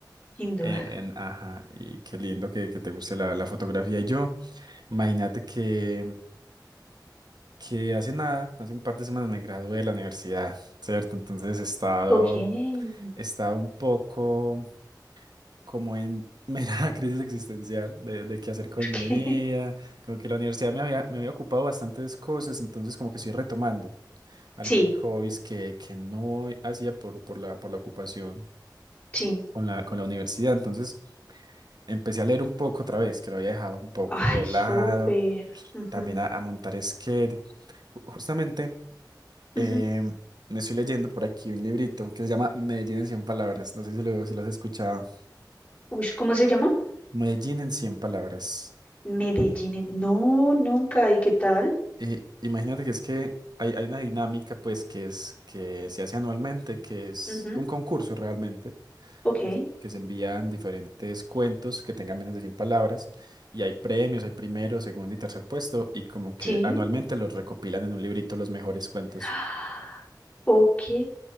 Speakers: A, on the left (about 25°); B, on the right (about 65°).
A: Sin duda.
B: eh, en- ajá, y qué lindo que, que te guste la, la fotografía. Y yo, imagínate que, que hace nada, hace un par de semanas me gradué de la universidad, ¿cierto? Entonces he estado,
A: Ok. <laughs>
B: he estado un poco como en mera <laughs> crisis existencial de, de qué hacer con
A: ¿Por
B: mi
A: qué?
B: vida. Como que la universidad me había, me había ocupado bastantes cosas, entonces como que estoy retomando algunos
A: Sí,
B: hobbies que, que no hacía por, por la, por la ocupación
A: sí.
B: con la, con la universidad. Entonces empecé a leer un poco otra vez, que lo había dejado un poco
A: Ay,
B: de
A: súper.
B: lado,
A: Ujú,
B: también a, a montar skate. Ju- Justamente
A: ujú.
B: eh, me estoy leyendo por aquí un librito que se llama Medellín en 100 palabras. No sé si lo, si lo has escuchado.
A: Ush, ¿cómo se llama?
B: Medellín en 100 palabras.
A: Medellín. en- No, nunca. ¿Y qué tal?
B: Eh, imagínate que es que hay, hay una dinámica pues que es que se hace anualmente, que es
A: Ujú,
B: un concurso realmente
A: Ok,
B: que se que se envían diferentes cuentos que tengan menos de 100 palabras y hay premios, hay primero, segundo y tercer puesto y como que
A: sí.
B: anualmente los recopilan en un librito los mejores cuentos.
A: Ah, Ok.